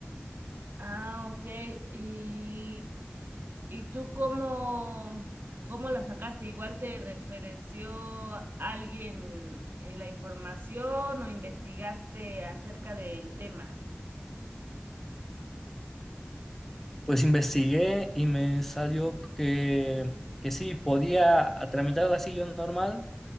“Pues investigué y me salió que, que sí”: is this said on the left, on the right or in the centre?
Centre